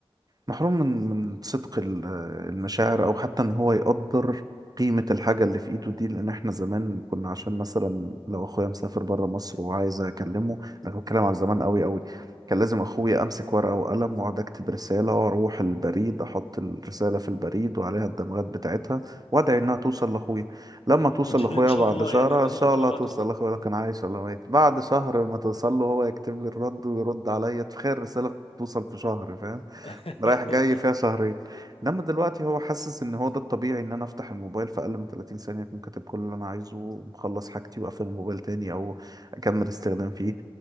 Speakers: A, on the right (about 40°); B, on the left (about 70°).
A: محروم من من صدق ال- المشاعر او حتى ان هو يقدر قيمة الحاجة اللي في ايده دي لان احنا زمان كنا عشان مثلا لو اخويا مسافر بره مصر وعايز اكلمه انا بتكلم على زمان قوي قوي كان لازم اخويا امسك ورقة وقلم واقعد اكتب رسالة واروح البريد احط الرسالة في البريد وعليها الدمغات بتاعتها وادعي انها توصل لاخويا لما توصل
B: ان شاء
A: لاخويا
B: إن شاء
A: بعد
B: الله
A: شهر
B: يعني رو-
A: ان
B: ان
A: شاء
B: شاء
A: الله
B: الله
A: توصل
B: هتوصل
A: لاخويا لو كان عايش ولا ميت بعد شهر ما توصل له هو يكتب لي الرد ويرد عليا تخيل الرسالة توصل في شهر فاهم
B: <laughs>
A: رايح جاي فيها شهرين انما دلوقتي هو حاسس ان هو ده الطبيعي ان انا افتح الموبايل في اقل من 30 ثانية اكون كاتب كل اللي انا عايزه ومخلص حاجتي واقفل الموبايل تاني او اكمل استخدام فيه